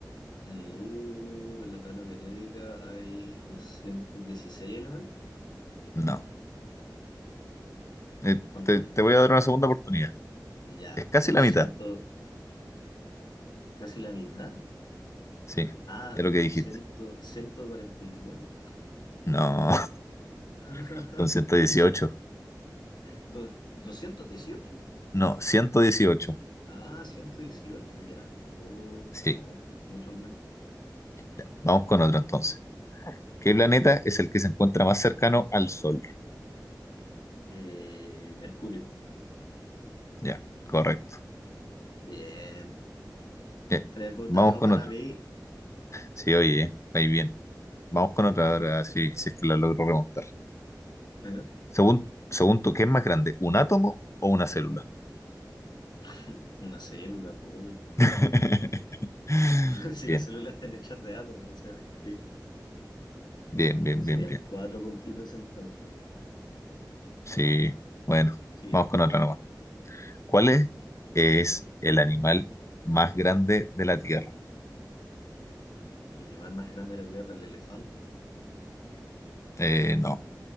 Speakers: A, on the left (about 75°); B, on the left (about 40°).
A: Mm, Uh, en la tabla periódica hay 216 elementos.
B: No. Eh,
A: ¿Cuántos
B: te, te
A: hay?
B: voy a dar una segunda oportunidad.
A: Ya,
B: Es casi
A: Doscientos.
B: la mitad.
A: casi la mitad.
B: Sí,
A: Ah,
B: ya lo que dijiste.
A: cien, Ciento. cuarenta y uno.
B: No,
A: <laughs>
B: <laughs> son ciento
A: No
B: dieciocho.
A: sé. Dos- 218.
B: No, 118.
A: Ah, Ciento dieciocho. ya. Oh,
B: Sí,
A: no, mucho menos.
B: ya, Vamos con otro entonces. ¿Qué planeta es el que se encuentra más cercano al Sol?
A: Eh, mercurio.
B: Ya, correcto.
A: Bien.
B: Ya,
A: Tres butacos
B: Vamos con
A: para
B: otro.
A: mí.
B: Sí, oye, eh, ahí bien. Vamos con otra ahora, si, si es que la logro remontar.
A: ¿Eh?
B: Según, según tú, ¿qué es más grande? ¿Un átomo o una célula?
A: <laughs> Una célula, po, obvio.
B: <laughs>
A: <laughs> Si
B: Bien,
A: las células están hechas de átomos, o sea, ¿qué?
B: bien, bien,
A: Serían
B: bien, bien.
A: cuatro puntitos entonces.
B: Sí, bueno,
A: Siguiente.
B: vamos con otra nomás. ¿Cuál es, es el animal más grande de la Tierra?
A: El animal más grande de la Tierra, el elefante.
B: Eh, no,